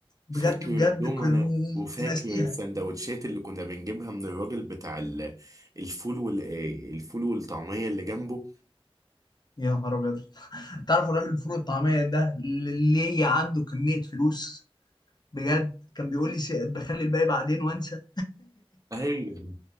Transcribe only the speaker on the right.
فاكر
الدومنة
وفاكر
السندوتشات اللي كنا بنجيبها من الراجل بتاع ال- الفول وال آه، الفول والطعمية اللي جنبه
ايوه